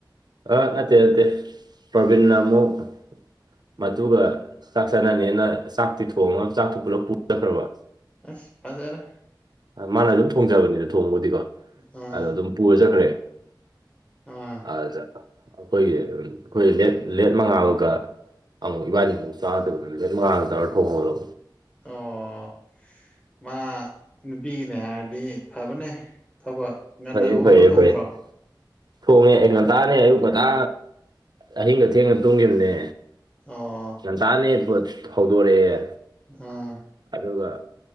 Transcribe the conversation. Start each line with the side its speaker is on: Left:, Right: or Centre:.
Right: ꯑ ꯅꯠꯇꯦ ꯅꯠꯇꯦ ꯄ꯭ꯔꯣꯕꯤꯟꯅ ꯑꯃꯨꯛ ꯃꯗꯨꯒ ꯆꯥꯛ ꯆꯥꯅꯅꯦꯅ ꯆꯥꯛꯇꯤ ꯊꯣꯡꯉꯒ ꯆꯥꯛꯇꯣ ꯄꯨꯂꯞ ꯄꯨꯔꯈ꯭ꯔꯕ
Left: ꯑꯁ ꯐꯖꯔꯦ
Right: ꯃꯥꯅ ꯑꯗꯨꯝ ꯊꯣꯡꯖꯕꯅꯤꯅ ꯊꯣꯡꯕꯨꯗꯤꯀꯣ
Left: ꯑꯥ
Right: ꯑꯗꯣ ꯑꯗꯨꯝ ꯄꯨꯔ ꯆꯠꯈ꯭ꯔꯦ
Left: ꯑꯥ
Right: ꯑꯗ ꯑꯩꯈꯣꯏꯒꯤ ꯑꯩꯈꯣꯏꯠ ꯂꯦꯠ ꯃꯉꯥꯃꯒ ꯑꯃꯨꯛ ꯏꯕꯥꯅꯤꯃꯨꯛ ꯆꯥꯗꯕꯗ <unintelligible> ꯃꯉꯥꯗ ꯇꯧꯔ ꯊꯣꯡꯕꯗꯨ
Left: ꯑꯣ ꯃꯥ ꯅꯨꯄꯤꯒꯤꯅꯦ ꯍꯥꯏꯔꯗꯤ ꯐꯕꯅꯦ ꯊꯕꯛ ꯉꯟꯅ
Right: ꯐꯩꯌꯦ
Left: ꯍꯧꯒꯠꯂ
Right: ꯐꯌꯦ
Left: ꯊꯣꯡꯗ꯭ꯔꯣ
Right: ꯐꯩꯌꯦ ꯊꯣꯡꯉꯦ ꯑꯩ ꯉꯟꯇꯥꯅꯦ ꯑꯌꯨꯛ ꯉꯟꯇꯥ ꯑꯍꯤꯡꯒ ꯊꯦꯡꯅ ꯇꯣꯡꯈꯤꯕꯅꯦ
Left: ꯑꯣ
Right: ꯉꯟꯇꯥꯅꯦ ꯍꯧꯗꯣꯔꯛꯑꯦ
Left: ꯑꯥ
Right: ꯑꯗꯨꯒ